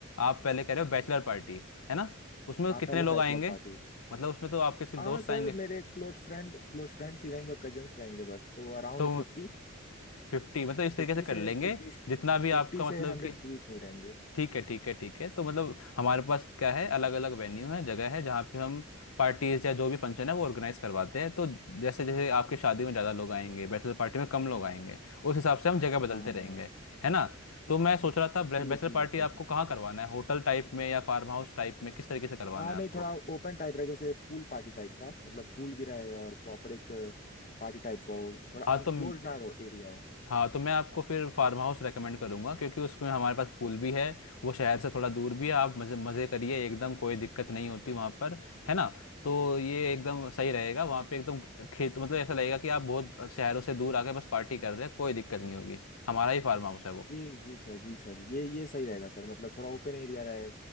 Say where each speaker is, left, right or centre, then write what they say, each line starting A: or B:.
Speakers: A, on the left (about 85°); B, on the left (about 40°).
A: आप पहले कह रहे हो बैचलर पार्टी है ना उसमें
B: हाँ
A: कितने
B: पहले
A: लोग
B: बैचलर
A: आएंगे
B: पार्टी
A: मतलब उसमें तो आपके सिर्फ
B: हाँ
A: दोस्त
B: सर
A: आएंगे
B: मेरे क्लोज फ्रेंड क्लोज फ्रेंड्स ही रहेंगे और कजन्स रहेंगे बस तो अराउंड
A: तो
B: फिफ्टी
A: फिफ्टी मतलब इस तरीके
B: फिफ्टी
A: से
B: से
A: कर लेंगे
B: फिफ्टी
A: जितना भी
B: फिफ्टी
A: आपका
B: से
A: मतलब
B: हंड्रेड
A: कि
B: के बीच में ही रहेंगे
A: ठीक है ठीक है ठीक है तो मतलब हमारे पास क्या है अलग अलग वेन्यू है जगह है जहाँ पे हम पार्टीज या जो भी फंक्शन है वो ऑर्गेनाइज करवाते हैं तो जैसे जैसे आपकी शादी में ज़्यादा लोग आएंगे बैचलर पार्टी में कम लोग आएंगे उस हिसाब से हम जगह बदलते
B: हाँ हाँ
A: रहेंगे
B: हाँ
A: है ना तो मैं सोच रहा था बैचलर
B: ठीक है ठीक
A: पार्टी
B: है ठीक
A: आपको
B: है
A: कहाँ करवाना है होटल टाइप में या फार्म हाउस टाइप में किस तरीके से करवाना
B: हाँ
A: है
B: नहीं
A: आपको
B: थोड़ा ओपन टाइप रहे जैसे पूल पार्टी टाइप का मतलब पूल भी रहे और प्रॉपर एक पार्टी टाइप का हो थोड़ा
A: हाँ
B: अनक्लोज
A: तो
B: ना रहो एरिया हो
A: हाँ तो मैं आपको फिर फार्म हाउस रेकमेंड करूंगा क्योंकि उसमें हमारे पास पूल भी है वो शहर से थोड़ा दूर भी है आप मज़े मज़े करिए एकदम कोई दिक्कत नहीं होती वहाँ पर है ना तो ये एकदम
B: हाँ, हाँ।
A: सही रहेगा वहाँ पे एकदम खेत मतलब ऐसा लगेगा कि आप बहुत शहरों से दूर आके बस पार्टी कर रहे हैं कोई दिक्कत नहीं होगी हमारा ही फार्म हाउस है वो
B: जी जी सर जी सर ये ये सही रहेगा सर मतलब थोड़ा ओपन एरिया रहे